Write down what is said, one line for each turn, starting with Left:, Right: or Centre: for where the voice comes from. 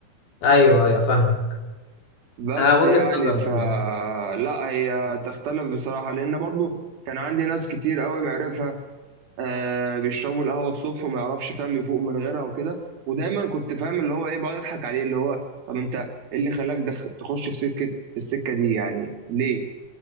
Left: ايوه ايوه فاهمك
Right: بس
Left: آه وجهة
Right: يعني
Left: نظر
Right: ف
Left: برضه
Right: لا هي تختلف بصراحة لأن برضو كان عندي ناس كتير قوي معرفة آه بيشربوا القهوه الصبح وما يعرفش فاهم يفوق من غيرها وكده ودايما كنت فاهم اللي هو ايه بقعد اضحك عليه اللي هو طب انت ايه اللي خلاك دخ... تخش في سكه في السكه دي يعني ليه